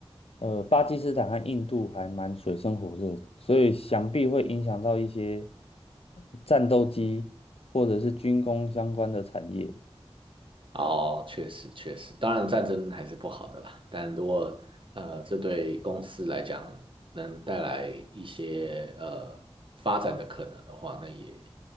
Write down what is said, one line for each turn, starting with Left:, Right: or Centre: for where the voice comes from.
Left: 呃，巴基斯坦和印度还蛮水深火热的，所以想必会影响到一些战斗机或者是军工相关的产业。
Right: 哦，确实确实，当然战争还是不好的啦。但如果呃，这对公司来讲能带来一些呃发展的可能的话，那也